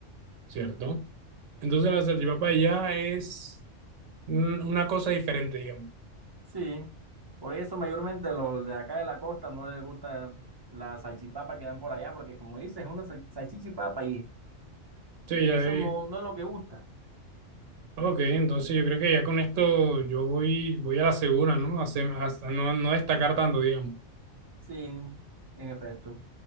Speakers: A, on the right (about 75°); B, on the right (about 30°).
A: cierto. Entonces la salchipapa ya es un- una cosa diferente, digamos.
B: Sí, por eso mayormente los de acá de la costa no les gusta la salchipapa que dan por allá, porque como dices, es una sal- salchicha y papa y,
A: Sí,
B: y
A: ya
B: eso
A: vi.
B: no, no es lo que gusta.
A: Ok, entonces yo creo que ya con esto yo voy, voy a la segura, ¿no? A, se- hasta no, no destacar tanto, digamos.
B: Sí, en efecto.